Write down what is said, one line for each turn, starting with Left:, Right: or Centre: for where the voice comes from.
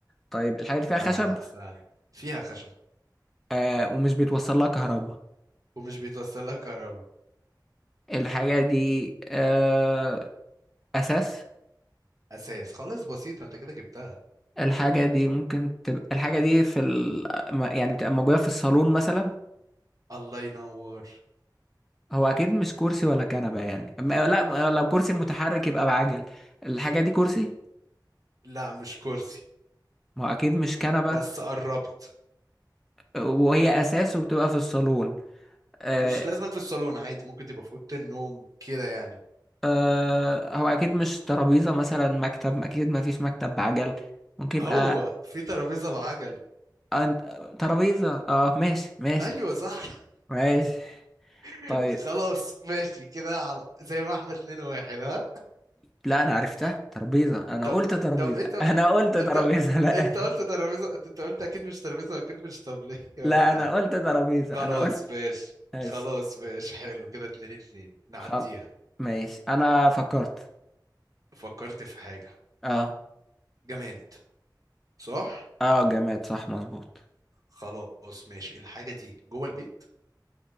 Centre: طيب الحاجة دي
Right: لا
Centre: فيها خشب
Right: لا سهل فيها خشب
Centre: آه، ومش بيتوصل لها كهرباء
Right: ومش بيتوصل لها كهرباء
Centre: الحاجة دي آه، أساس
Right: اساس خلاص بسيطه انت كده جبتها
Centre: الحاجة دي ممكن تبقى الحاجة دي في ال... ما- يعني بتبقى موجودة في الصالون مثلا
Right: الله ينور
Centre: هو أكيد مش كرسي ولا كنبة يعني م- لا لو كرسي متحرك يبقى بعجل الحاجة دي كرسي
Right: لا مش كرسي
Centre: ما هو أكيد مش كنبة
Right: بس قربت
Centre: وهي أساس وبتبقى في الصالون آه،
Right: مش لازم في الصالون عادي ممكن تبقى في اوضه النوم كده يعني
Centre: آه، هو أكيد مش ترابيزة مثلا مكتب أكيد ما فيش مكتب بعجل ممكن يبقى
Right: هو في ترابيزة بعجل
Centre: أن- ترابيزة اه ماشي ماشي
Right: ايوه صح
Centre: ماشي
Right: <laughs>
Centre: طيب
Right: خلاص ماشي كده على زي ما احنا اتنين واحد ها
Centre: لا انا عرفتها ترابيزه انا
Right: طب
Centre: قلت ترابيزه
Right: طب ايه طب
Centre: <laughs> انا قلت ترابيزه
Right: انت
Centre: لا
Right: انت قلت ترابيزة انت قلت اكيد مش ترابيزة اكيد مش طبلية
Centre: لا
Right: <laughs> ولا
Centre: انا قلت ترابيزه
Right: خلاص
Centre: انا قلت
Right: ماشي
Centre: ماشي
Right: خلاص ماشي حلو كده اتنين اتنين نعديها
Centre: خل ماشي انا فكرت
Right: فكرت في حاجة
Centre: اه
Right: جماد صح
Centre: اه جماد صح مظبوط
Right: خلاص ماشي الحاجة دي جوه البيت